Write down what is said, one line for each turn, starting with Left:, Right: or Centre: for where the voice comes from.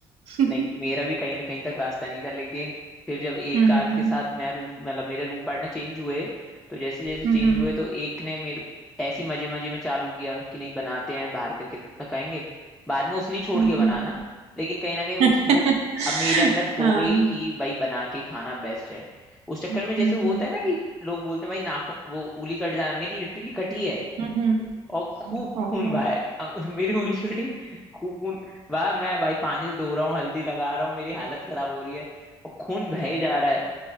Right: <laughs>
Centre: नहीं मेरा भी कहीं ना कहीं तक वास्ता नहीं था लेकिन फिर जब एक
Right: हुँ,
Centre: आध
Right: हुँ।
Centre: के साथ मैं रूम मतलब मेरे रूम पार्टनर चेंज हुए तो जैसे जैसे चेंज
Right: हुँ, हुँ।
Centre: हुए तो एक ने मेरे ऐसी मजे मजे में चालू किया कि नहीं बनाते हैं बाहर का कितना खाएंगे बाद में उसने ही छोड़
Right: हुँ,
Centre: दिया बनाना
Right: हुँ।
Centre: लेकिन कहीं ना कहीं उस
Right: <laughs>
Centre: वो अब मेरे अंदर हो
Right: हाँ।
Centre: गई कि भाई बना के खाना बेस्ट है उस चक्कर
Right: हुँ,
Centre: में जैसे वो
Right: हुँ।
Centre: होता है ना कि लोग बोलते हैं भाई नाखून वो उंगली कट जाना मेरी लिटरली कटी है
Right: हुँ, हुँ।
Centre: और खूब
Right: ओह!
Centre: खून भाई अं- मेरी उंगली कटी खूब खून वाह मैं भाई पानी से धो रहा हूँ हल्दी लगा रहा हूँ मेरी हालत खराब हो रही है और खून बहे जा रहा है